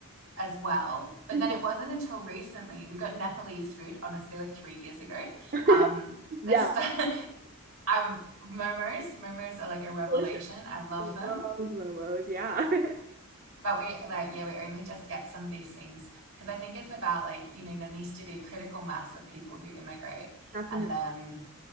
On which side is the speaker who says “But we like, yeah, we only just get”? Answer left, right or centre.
Right